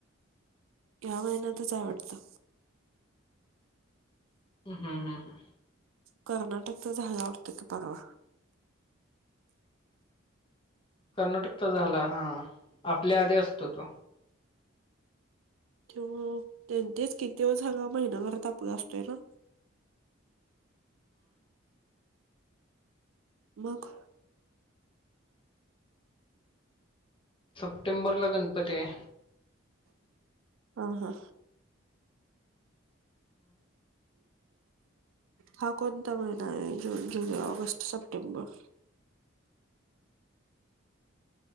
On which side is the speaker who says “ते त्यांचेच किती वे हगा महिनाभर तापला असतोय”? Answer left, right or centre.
Right